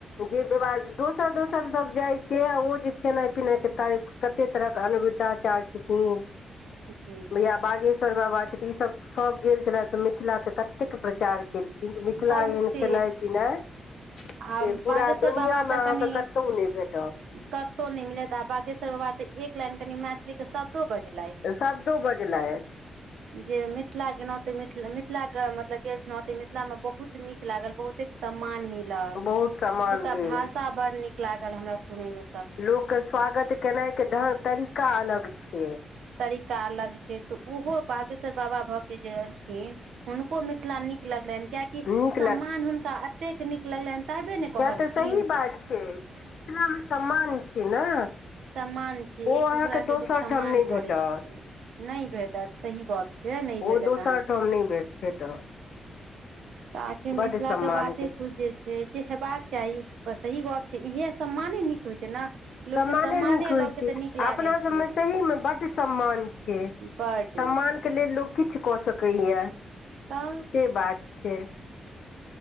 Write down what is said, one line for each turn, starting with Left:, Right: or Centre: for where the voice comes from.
Left: जे विवाद दोसर दोसरसभ जाइ छियै आ ओ जे खेनाइ पिनाइके तारीफ कतेक तरह अनुरुद्धाचार्य छथिन
Right: जी
Left: भैया बागेश र बाबा छथि ई सब सब गेल रहथि त मिथिला के कतेक प्रचार <unintelligible> मिथिला
Right: बहुते
Left: एहेन खेनाइ पिनाइ
Right: आ
Left: से पूरा
Right: बागेश्वर
Left: दुनिया
Right: बाबा
Left: में
Right: तऽ
Left: अहाँके
Right: कनि
Left: कतौ नहि भेट
Right: कतहु नहि मिलत आ बागेश्वर बाबा तऽ एक लाइन कनि मैथिली के शब्द <unintelligible> बजलैथ
Left: शब्दो बजलथि
Right: जे मिथिला के नाते मिथिले मिथ मिथिला ग के मतलब गेल छलौं मिथिला में बहुत नीक लागल बहुतेक सम्मान मिल मिलल
Left: बहुत सम्मान
Right: ओतुका
Left: भेल
Right: भाषा बड़ नीक लागल हमरा सुनय मे
Left: लोकके स्वागत केनाइके ढंग तरीका अलग छियै
Right: तरीका अलग छै तऽ उहो बागेश्वर बाबा भऽ के जे एलखिन हुनको मिथिला नीक लगलैनि कियाकि
Left: नीक
Right: सम्मान हुनका अतेक नीक लगलनि तबे ने कहलखिन
Left: ये तऽ सही बात छै जे मिथिलामे सम्मान छै ने
Right: सम्मान छै
Left: ओ
Right: एक
Left: अहाँके
Right: दूसरा
Left: दोसर
Right: के लोक सम्मान
Left: ठाम नहि भेटत
Right: करै छै नहि भेटत सही गप से नहि
Left: ओ
Right: भेटत
Left: दोसर
Right: अहाँके
Left: ठाम नहि भे भेटत
Right: तकि मिथिलाके
Left: बड्ड सम्मानके
Right: बाते कुछ जे छै जे हेबाक चाही सही गप छै इहे सम्माने निक होय छै ने लोकके
Left: सम्माने नीक होइत
Right: लऽ के
Left: छै
Right: तऽ नीक
Left: अपना
Right: लागै
Left: सभमे
Right: छै
Left: सहीमे बड्ड सम्मान छै
Right: बड
Left: सम्मान के लेल लोक किछु कऽ सकैया
Right: तऽ
Left: से बात छै